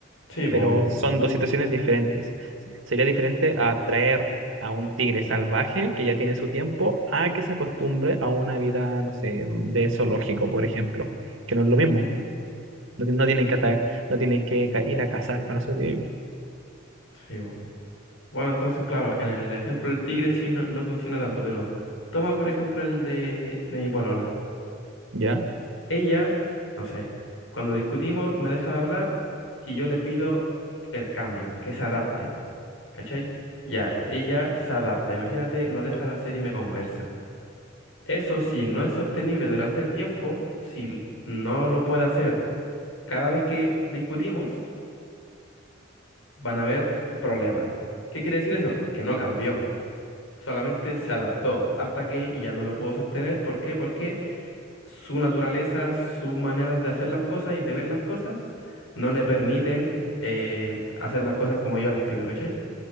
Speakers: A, on the left; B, on the right.
A: Sí, pues,
B: pero
A: obvio.
B: son dos situaciones diferentes. Sería diferente a traer a un tigre salvaje que ya tiene su tiempo a que se acostumbre a una vida, no sé, de zoológico, por ejemplo, que no es lo mismo. No, ti- no tienen
A: Sí,
B: que,
A: pues.
B: ata- no tienen que ca- ir a cazar para sobrevivir,
A: sí, pues. Bueno, entonces, claro, en el ejemplo del tigre sí no, no funciona tanto, pero toma por ejemplo el de, de mi polola.
B: ¿ya?
A: Ella, no sé, cuando discutimos me deja de hablar y yo le pido el cambio, que se adapte, ¿cachai? Ya, ella se adapta, imagínate, lo deja de hacer y me conversa. Eso si no es sostenible durante el tiempo, si no lo puede hacer cada vez que discutimos, van a haber problemas. ¿Qué quiere decir eso? Que no cambió. solamente se adaptó hasta que ya no lo pudo sostener. ¿Por qué? Porque su naturaleza, sus maneras de hacer las cosas y de ver las cosas no le permiten eh, hacer las cosas como yo las pido, ¿cachai?